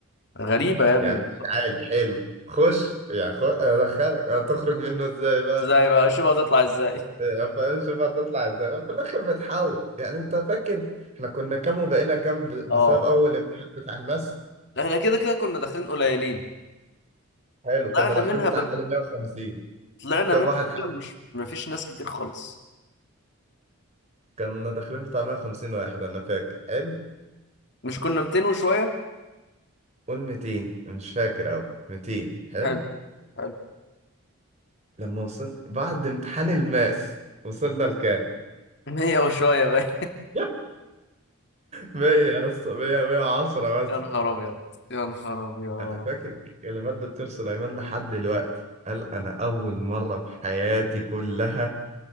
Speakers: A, on the left; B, on the right.
A: غريبة يا ابني
B: يعني مش عالي حلو خش يعني خ... ادخلك هتخرج منه ازاي بقى
A: إزاي بقى شوف هتطلع إزاي
B: يعني فاهم شوف هتطلع ازاي في الاخر بتحاول يعني انت فاكر احنا كنا كام وبقينا كام
A: <laughs>
B: ب- بسبب
A: اه
B: اول امتحان بتاع الماس
A: احنا كده كده كنا داخلين قليلين
B: حلو كنا
A: طلعنا
B: داخلين
A: منها
B: بتاع
A: ب...
B: حوالي 150
A: طلعنا
B: كم
A: منها
B: واحد حاول
A: فعلا مش مفيش ناس كتير خالص
B: كنا داخلين بتاع 150 واحد انا فاكر حلو
A: مش كنا 200 وشوية
B: قول 200 مش فاكر اوي 200 حلو
A: حلو حلو
B: لما وصلنا بعد امتحان الماس وصلنا لكام
A: <laughs> 100 وشوية بقى
B: <laughs> 100 يا اسطى 100 110 مثلا
A: يا نهار ابيض يا نهار ابيض
B: انا فاكر ك- كلمات دكتور سليمان لحد دلوقتي قال انا اول مره في حياتي كلها